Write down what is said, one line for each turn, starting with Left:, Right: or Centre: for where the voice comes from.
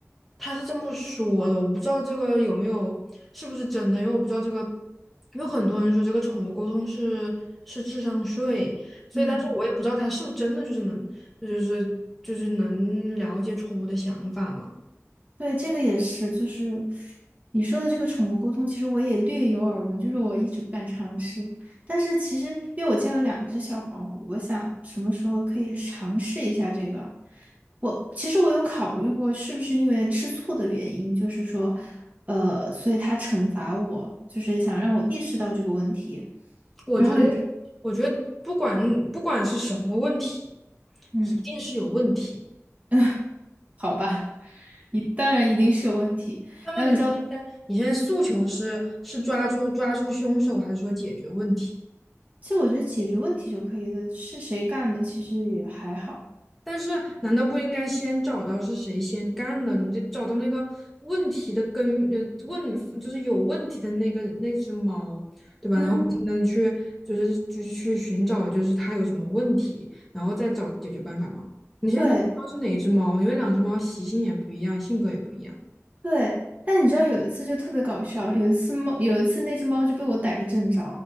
Centre: 他是这么说的，我不知道这个有没有是不是真的，因为我不知道这个，有很多人说这个宠物沟通是是智商税，所以但是我也不知道他是不是真的就是能就是就是能了解宠物的想法嘛。
Right: 嗯，对，这个也是，就是你说的这个宠物沟通，其实我也略有耳闻，就是我一直不敢尝试。但是其实，因为我家有两只小猫，我想什么时候可以尝试一下这个。我其实我有考虑过，是不是因为吃醋的原因，就是说，呃，所以它惩罚我，就是想让我意识到这个问题。
Centre: 我觉得，
Right: 然后你就，
Centre: 我觉得不管不管是什么问题，
Right: 嗯。
Centre: 一定是有问题。
Right: <laughs> 好吧，一当然一定是有问题。
Centre: 那么你现在你现在诉求是是抓住抓出凶手，
Right: 然后你知道，
Centre: 还是说解决问题？
Right: 其实我觉得解决问题就可以了，是谁干的其实也还好。
Centre: 但是难道不应该先找到是谁先干的？你就找到那个问题的根，呃，问就是有问题的那个那只猫，对吧？
Right: 嗯，
Centre: 然后你才能去就是就是去寻找就是它有什么问题，然后再找解决办法吗？你现在都不知道是哪一只猫，
Right: 对
Centre: 因为两只猫习性也不一样，性格也不一样。
Right: 对，但你知道有一次就特别搞笑，有一次猫，有一次那只猫就被我逮个正着，